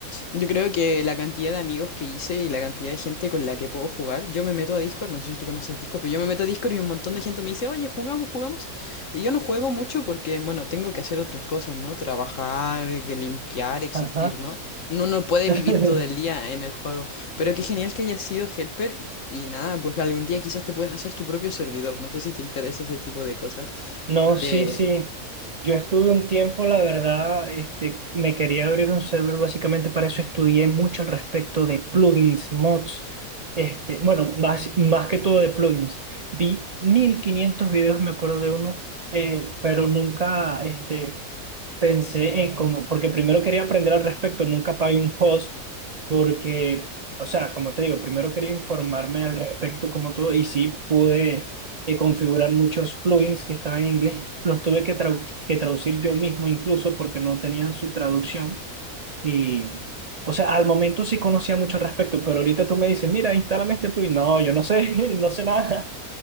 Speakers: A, on the left; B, on the right.
A: Yo creo que la cantidad de amigos que hice y la cantidad de gente con la que puedo jugar, yo me meto a Discord, no sé si tú conoces Discord, pero yo me meto a Discord y un montón de gente me dice, oye, jugamos, jugamos. Y yo no juego mucho porque, bueno, tengo que hacer otras cosas, ¿no? Trabajar, que limpiar, existir,
B: Ajá.
A: ¿no? No uno no puede
B: <laughs>
A: vivir todo el día en el juego. Pero qué genial que hayas sido helper y, y nada, pues algún día quizás te puedes hacer tu propio servidor, no sé si te interesa ese tipo de cosas,
B: No,
A: de
B: sí, sí. Yo estuve un tiempo, la verdad, este, me quería abrir un server básicamente para eso. Estudié mucho al respecto de plugins, mods, este, bueno, más, más que todo de plugins. Vi 1500 videos, me acuerdo de uno, eh, pero nunca, este, pensé en como, porque primero quería aprender al respecto, nunca pagué un host, porque, o sea, como te digo, primero quería informarme al respecto como todo, y sí pude eh, configurar muchos plugins que estaban en inglés, los tuve que, trau- que traducir yo mismo incluso porque no tenían su traducción, y, o sea, al momento sí conocía mucho al respecto, pero ahorita tú me dices, mira, instálame este plugin, no, yo no sé, <laughs> no sé nada,